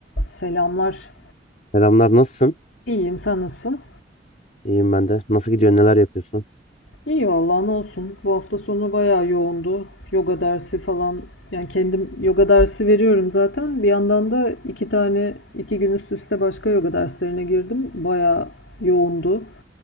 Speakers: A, on the left (about 80°); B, on the left (about 40°).
A: Selamlar.
B: Selamlar, nasılsın?
A: İyiyim, sen nasılsın?
B: İyiyim ben de. Nasıl gidiyor, neler yapıyorsun?
A: İyi vallahi ne olsun. Bu hafta sonu bayağı yoğundu. Yoga dersi falan. Yani kendim yoga dersi veriyorum zaten. Bir yandan da iki tane, iki gün üst üste başka yoga derslerine girdim. Bayağı yoğundu.